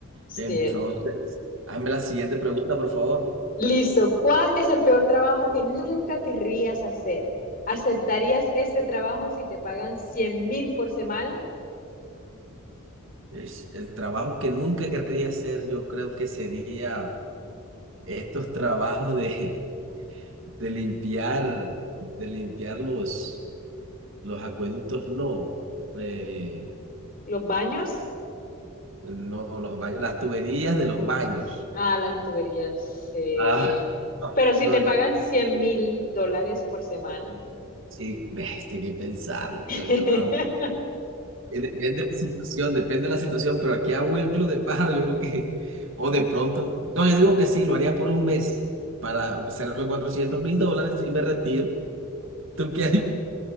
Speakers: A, on the left (about 40°); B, on the right (about 60°).
A: Sí.
B: Entonces, hazme la siguiente pregunta, por favor.
A: Listo. ¿Cuál es el peor trabajo que nunca querrías hacer? ¿Aceptarías este trabajo si te pagan cien mil por semana?
B: Es- El trabajo que nunca querría hacer, yo creo que sería estos trabajos de, de limpiar, de limpiar los, los acueductos, no, eh,
A: ¿Los baños?
B: no, los baños, las tuberías de los baños.
A: Ah, las tuberías, sí.
B: Ah,
A: Pero si
B: no,
A: te pagan
B: yo
A: cien mil dólares por semana.
B: sí, <laughs> tengo que pensarlo,
A: <laughs>
B: pero yo creo Eh, Depende de la situación, depende de la situación, pero aquí abuelo de pájaro, yo creo que, <laughs> o de pronto, no, yo digo que sí, lo haría por un mes para hacerme cuatrocientos mil dólares y me retiro. ¿Tú qué harías?